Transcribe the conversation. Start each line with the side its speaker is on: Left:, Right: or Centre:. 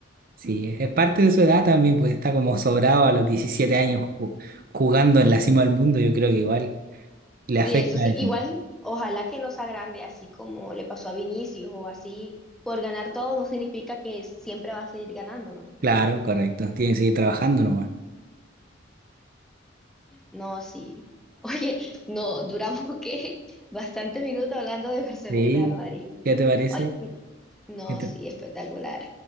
Right: Sí, es parte de su edad también, pues está como sobrado a los 17 años ju- jugando en la cima del mundo, yo creo que igual le
Centre: Sí,
Right: afecta
Centre: eso sí.
Right: eso.
Centre: Igual, ojalá que no sea grande, así como le pasó a Vinicius o así. Por ganar todo no significa que siempre va a seguir ganando, ¿no?
Right: Claro, correcto. Tiene que seguir trabajando nomás.
Centre: No, sí. <laughs> Oye, no, duramos que bastantes minutos hablando de Barcelona
Right: Sí,
Centre: y Real Madrid.
Right: ¿qué te parece?
Centre: Ay, m- no,
Right: ¿Qué te,
Centre: sí, espectacular.